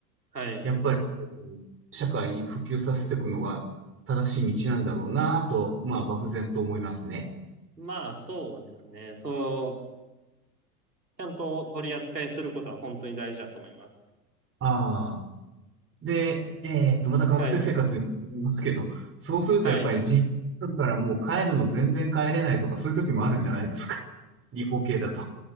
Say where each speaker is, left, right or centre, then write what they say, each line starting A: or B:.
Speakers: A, on the right (about 85°); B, on the right (about 25°).
A: はい。
B: やっぱりこう社会に普及させていくのが正しい道なんだろうなと、まあ漠然と思いますね。
A: まあ、そうですね。そう、ちゃんと取り扱いすることは本当に大事だと思います。
B: ああ。で、えーっと、また学生生活に戻りますけど、
A: はい。
B: そうするとやっぱり実家からもう帰るの全然帰れないとか、
A: はい。
B: そういう時もあるんじゃないですか。<laughs> 理工系だと。